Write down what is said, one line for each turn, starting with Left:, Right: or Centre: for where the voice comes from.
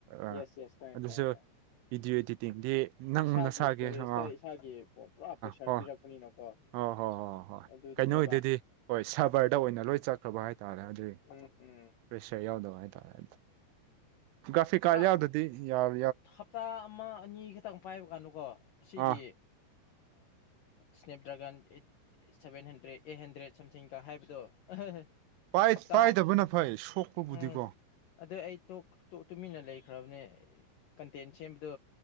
Right: ꯑ
Left: ꯌꯦꯁ ꯌꯦꯁ ꯈꯪꯉꯦ
Right: ꯑꯗꯨꯁꯨ
Left: ꯈꯪꯉꯦ ꯈꯪꯉꯦ
Right: ꯚꯤꯗꯤꯑꯣ ꯏꯗꯤꯇꯤꯡꯗꯤ ꯅꯪ
Left: ꯏꯁꯥꯒꯤ
Right: ꯃꯨꯟꯅ ꯁꯥꯒꯦ
Left: ꯏꯁꯇꯣꯔꯦꯖꯇ
Right: ꯑ
Left: ꯏꯁꯥꯒꯤ ꯄꯨꯔꯥ ꯄ꯭ꯔꯦꯁꯔ
Right: ꯍꯣ <inaudible> <unintelligible>
Left: ꯄꯤꯔꯛꯄꯅꯤꯅꯀꯣ
Right: ꯑꯣ ꯍꯣꯏ ꯍꯣꯏ ꯍꯣꯏ
Left: ꯑꯗꯨꯗꯅꯦꯕ
Right: ꯀꯩꯅꯣꯗꯗꯤ ꯍꯣꯏ ꯁꯔꯕꯔꯗ ꯑꯣꯏꯅ ꯂꯣꯏ ꯆꯠꯈ꯭ꯔꯕ ꯍꯥꯏ ꯇꯥꯔꯦ ꯑꯗꯨ
Left: ꯎꯝ ꯎꯝ
Right: ꯄ꯭ꯔꯦꯁꯔ ꯌꯥꯎꯗꯕ ꯍꯥꯢꯇꯥꯔꯦ ꯒꯥꯐꯤ ꯀꯥꯠ
Left: ꯄꯨꯔꯥ
Right: ꯌꯥꯎꯗꯗꯤ ꯌꯥꯎ <unintelligible>
Left: ꯍꯞꯇꯥ ꯑꯃ ꯑꯅꯤ ꯈꯛꯇꯪ ꯄꯥꯏꯕ ꯀꯥꯟꯗꯀꯣ ꯑꯁꯤꯒꯤ
Right: ꯑꯥ
Left: snap dragon <inaudible> <unintelligible> seven hundred eight hundred ꯒ ꯁꯝꯊꯤꯡꯒ ꯍꯥꯏꯕꯗꯣ ꯑꯍꯍ
Right: ꯄꯥꯏ
Left: ꯍꯞꯇꯥ
Right: ꯄꯥꯏꯗꯕꯅ ꯐꯩ ꯁꯣꯛꯄꯕꯨꯗꯤꯀꯣ
Left: ꯎꯝ ꯑꯗꯨ ꯑꯩ ꯇꯣ ꯇꯨꯃꯤꯟꯅ ꯂꯩꯈ꯭ꯔꯕꯅꯦ ꯀꯟꯇꯦꯟ ꯁꯦꯝꯕꯗꯣ